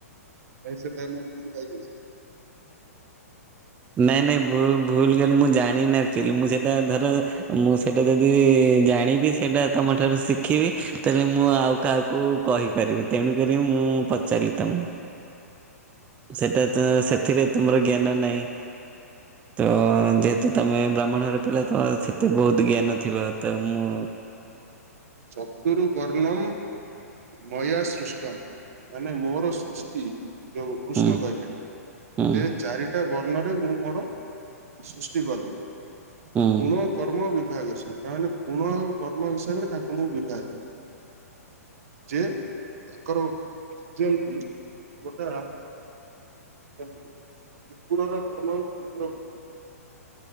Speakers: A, on the right; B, on the right.
A: କାଇଁ ସେଟା ମୁଁ ଭୁଲ୍ କହିଲି ବୋଧେ।
B: ନାଇଁ ନାଇଁ ଭୁଲ୍ ଭୁଲ୍ କହିଲ ମୁଁ ଜାଣିନି ଆକ୍ଚୁଆଲି ମୁଁ ସେଇଥିପାଇଁ ଧର ମୁଁ ସେଇଟା ଯଦି ଜାଣିବି ସେଇଟା ତମ ଠାରୁ ଶିଖିବି। ତାହେଲେ ମୁଁ ଆଉ କାହାକୁ କହିପାରିବି। ତେଣୁ କରି ମୁଁ ପଚାରିଲି ତମକୁ। ସେଟା ତ ସେଥିରେ ତୁମର ଜ୍ଞାନ ନାହିଁ। ତ ଯେହେତୁ ତମେ ବ୍ରାହ୍ମଣ ଘର ପିଲା ତ ସେତେ ବହୁତ୍ ଜ୍ଞାନ ଥିବ। ତ ମୁଁ
A: ଶୁଣୁ ଚର୍ତୁ ବର୍ଣ୍ଣମ୍ ମୟା ସୃଷ୍ଟମ୍, ମାନେ ମୋର ସୃଷ୍ଟି ଯୋଉ କୃଷ୍ଣ
B: ହୁଁ
A: କହିଲେ।
B: ହୁଁ
A: ସେ ଚାରିଟା ବର୍ଣ୍ଣରେ ମୁଁ ମୋର ସୃଷ୍ଟି କଲି।
B: ହୁଁ
A: ଗୁଣ କର୍ମ ବିଭାଜ୍ୟସମ୍। ତା ମାନେ ଗୁଣ ଆଉ କର୍ମ ହିସାବରେ ତାଙ୍କୁ ମୁଁ ବିଭାଗ କଲି। ଯେ ତାଙ୍କର ଯେମିତି ଗୋଟା କୁକୁରର ଧର୍ମ ହଉଚି କୁକୁର ଭୁକିବ।